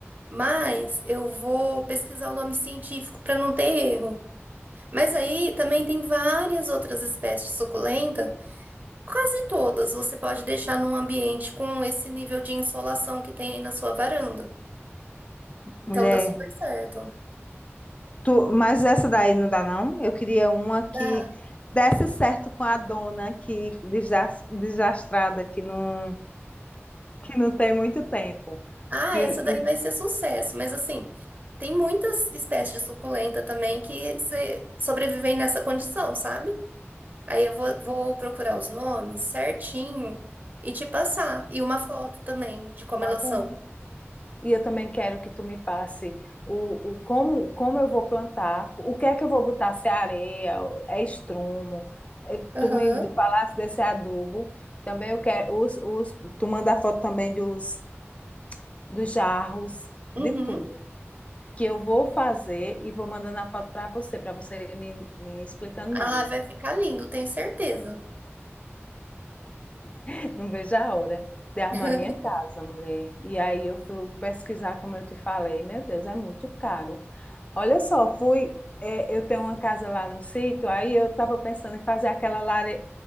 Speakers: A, on the right; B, on the left.
A: mas eu vou pesquisar o nome científico para não ter erro. Mas aí também tem várias outras espécies de suculenta, quase todas você pode deixar num ambiente com esse nível de insolação que tem aí na sua varanda. Então
B: Mulher,
A: dá super certo.
B: Tu- mas essa daí não dá, não? Eu queria uma que
A: Dá.
B: desse certo com a dona que desas- desastrada, que não, que não tem muito tempo.
A: Ah,
B: E,
A: essa daí vai
B: e
A: ser sucesso, mas assim, tem muitas espécies de suculenta também que se- sobrevivem nessa condição, sabe? Aí eu vou, vou procurar os nomes certinho e te passar. E uma foto também de como
B: tá
A: elas
B: bom.
A: são.
B: E eu também quero que tu me passe o, o como, como eu vou plantar, o que é que eu vou botar, se é areia, é estrumo, é,
A: Aham.
B: tu me falasse desse adubo. Também eu quero, os, os, tu manda foto também dos, dos jarros,
A: Uhum.
B: de tudo. que eu vou fazer e vou mandando a foto para você, para você me, me explicando
A: Ah,
B: mais.
A: vai ficar lindo, tenho certeza.
B: <laughs> Não vejo a hora de arrumar
A: <laughs>
B: minha casa, mulher. E aí eu fui pesquisar, como eu te falei, meu Deus, é muito caro. Olha só, fui. é, eu tenho uma casa lá no sítio, aí eu estava pensando em fazer aquela lareira.